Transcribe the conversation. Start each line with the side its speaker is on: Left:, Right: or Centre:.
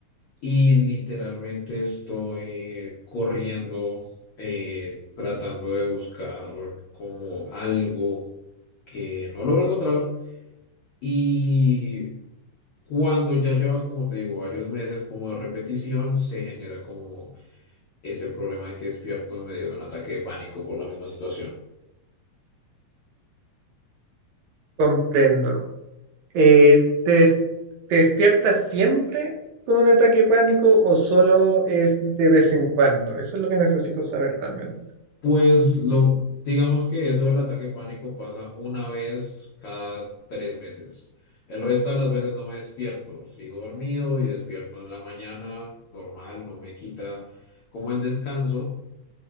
Left: Y literalmente estoy corriendo, eh, tratando de buscar como algo que no logro encontrar. Y cuando ya lleva, como te digo, varios meses como de repetición, se genera como ese problema de que despierto en medio de un ataque de pánico por la misma situación.
Right: Comprendo. Eh, ¿te, des- te despiertas siempre con un ataque de pánico o solo es de vez en cuando? Eso es lo que necesito saber también.
Left: Pues lo, digamos que eso del ataque de pánico pasa una vez cada tres meses. El resto de las veces no me despierto, sigo dormido y despierto en la mañana, normal, no me quita como el descanso,